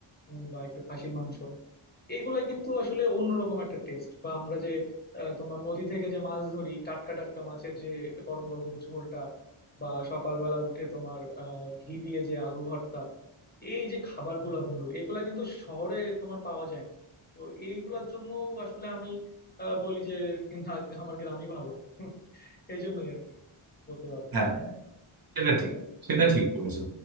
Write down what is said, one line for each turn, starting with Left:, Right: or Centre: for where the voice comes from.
Left: উম, বা একটু খাসির মাংস এইগুলা কিন্তু আসলে অন্যরকম একটা টেস্ট বা আমরা যে আহ, তোমার নদী থেকে যে মাছ ধরি টাটকা টাটকা মাছের যে গরম গরম যে ঝোলটা বা সকালবেলা উঠে তোমার আহ, ঘি দিয়ে যে আলু ভর্তা এই যে খাবারগুলা বন্ধু এগুলা কিন্তু শহরে তোমার পাওয়া যায় না তো এইগুলার জন্য আসলে আমি আহ, বলি যে না আমার গ্রামই ভালো <laughs> এই জন্যই আর কি বলতে পারো
Right: হ্যাঁ
Left: হ্যাঁ,
Right: সেটা ঠিক
Left: হ্যাঁ।
Right: সেটা ঠিক বলেছো